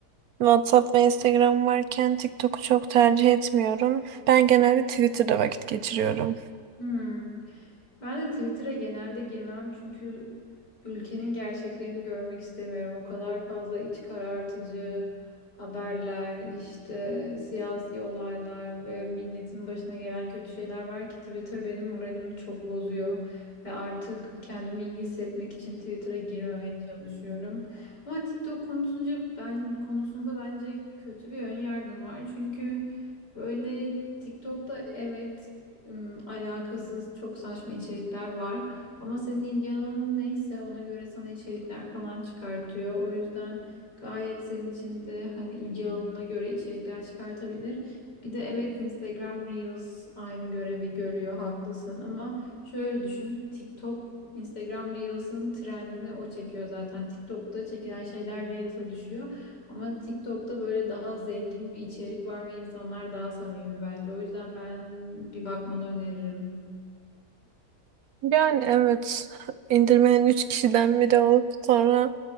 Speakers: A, on the right; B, on the left.
A: WhatsApp ve Instagram varken TikTok'u çok tercih etmiyorum. Ben genelde Twitter'da vakit geçiriyorum.
B: Hmm. Ben de Twitter'a genelde girmem çünkü ülkenin gerçeklerini görmek istemiyorum. O kadar fazla iç karartıcı haberler, işte siyasi olaylar ve milletin başına gelen kötü şeyler var ki Twitter benim moralimi çok bozuyor ve artık kendimi iyi hissetmek için Twitter'a girmemeye çalışıyorum. Ama TikTok konusunca ben konusunda bence kötü bir ön yargım var. Çünkü böyle TikTok'ta evet ım, alakasız çok saçma içerikler var. Ama senin ilgi alanın neyse ona göre sana içerikler falan çıkartıyor. O yüzden gayet senin için de hani ilgi alanına göre içerikler çıkartabilir. Bir de evet Instagram Reels aynı görevi görüyor haklısın ama şöyle düşün TikTok Instagram Reels'ın trendini o çekiyor zaten. TikTok'ta çekilen şeyler Reels'a düşüyor. Ama TikTok'ta böyle daha zengin bir içerik var ve insanlar daha samimi bence. O yüzden ben bir bakmanı öneririm.
A: Yani evet indirmeyen 3 kişiden biri olup sonra